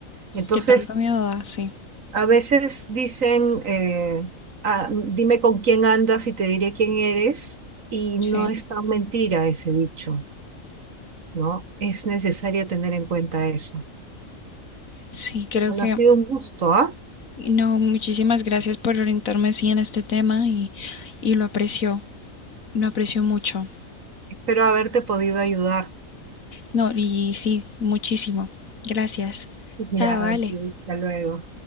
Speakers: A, on the right; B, on the left.
A: Entonces,
B: Que tanto miedo da, sí,
A: A veces dicen, eh, "Ah, dime con quién andas y te diré quién eres, y
B: sí.
A: no es tan mentira ese dicho, ¿no? Es necesario tener en cuenta eso.
B: Sí, creo
A: Bueno,
B: que
A: ha sido un gusto, ¿ah?
B: no, muchísimas gracias por orientarme así en este tema y, y lo aprecio, lo aprecio mucho.
A: Espero haberte podido ayudar. <laughs>
B: No, y sí, muchísimo. Gracias.
A: Ya,
B: Chao, vale.
A: ok, hasta luego.